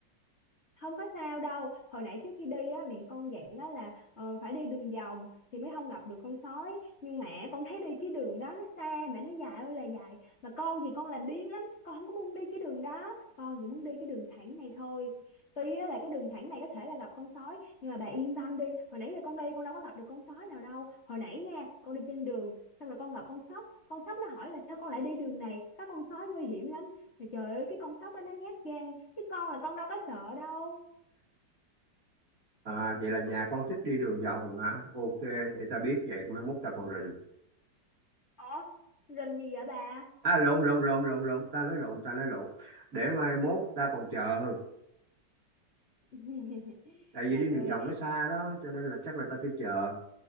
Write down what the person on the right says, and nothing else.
à, vậy là nhà con thích đi đường vòng hả ok để ta biết vậy mai mốt ta còn rình
à lộn lộn lộn lộn lộn ta nói lộn ta nói lộn để mai mốt ta còn chờ
tại
vì đi đường
vòng nó xa đó cho nên là chắc là ta phải chờ